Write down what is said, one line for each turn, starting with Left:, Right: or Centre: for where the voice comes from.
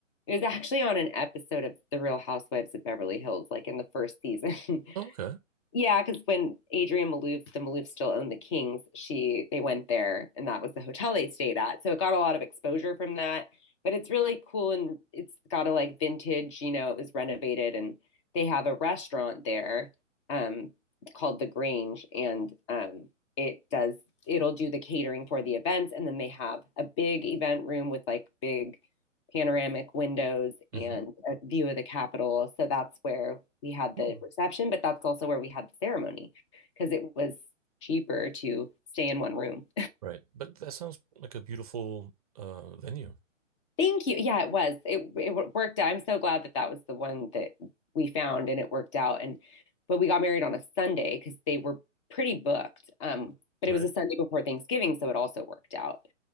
Left: it was actually on an episode of The Real Housewives of Beverly Hills, like in the first season. <laughs>
Right: Oh, okay.
Left: Yeah, because when Adrian Malouf, the Maloufs still owned the Kings, she they went there and that was the hotel they stayed at. So it got a lot of exposure from that. But it's really cool and it's got a like vintage, you know, it was renovated and they have a restaurant there um called The Grange and um it does it'll do the catering for the events and then they have a big event room with like big panoramic windows and
Right: hmm
Left: a view of the Capitol. So that's where we had the
Right: Oh,
Left: reception, but that's also where we had the ceremony because it was cheaper to stay in one room.
Right: Right. But that sounds like a beautiful uh venue,
Left: <laughs> Thank you. Yeah, it was. It it worked out. I'm so glad that that was the one that we found and it worked out. And but we got married on a Sunday because they were pretty booked. Um, but
Right: right?
Left: it was a Sunday before Thanksgiving, so it also worked out,